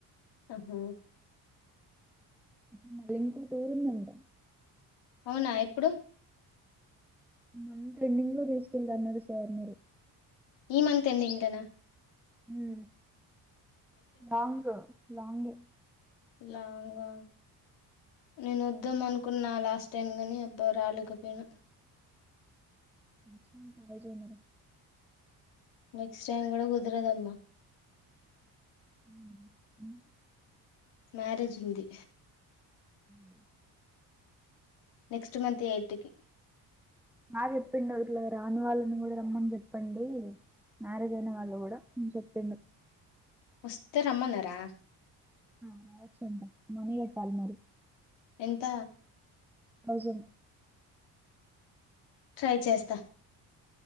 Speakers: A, on the left; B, in the centre.
A: ఆహా
B: ఊహు అది ఇంకో టూరందంట
A: అవునా ఎప్పుడు
B: మంత్ ఎండింగ్ లో తీసుకెళ్లారు సార్ మరి
A: ఇ మంత్ ఎండింగ్ ల నా
B: ఊ లాలాంగ్ లాంగ్ ఏ
A: లాంగా నేను వద్దాం అనుకున్నా లాస్ట్ టైమ్ గని అబ్బ రాలకపోయినా
B: మంచిగుంటే అటజనిగ
A: నెక్స్ట్ టైమ్ కూడా కుదురదమ్మా
B: ఊ హూ
A: మ్యారేజ్ ఉంది
B: ఆ
A: నెక్స్ట్ మంత్ ఎయిత్కి
B: మ చెప్పిండు ఇట్లా రాని వాళ్ళని కూడా రమ్మని చెప్పండి మ్యారేజ్ అయినా వాళ్ళు కూడా ఉ చెప్పిండు
A: వస్తె రమ్మనరా
B: ముందు చెప్పాలి మరి
A: ఎంత
B: థౌసండ్
A: ట్రై చేస్తా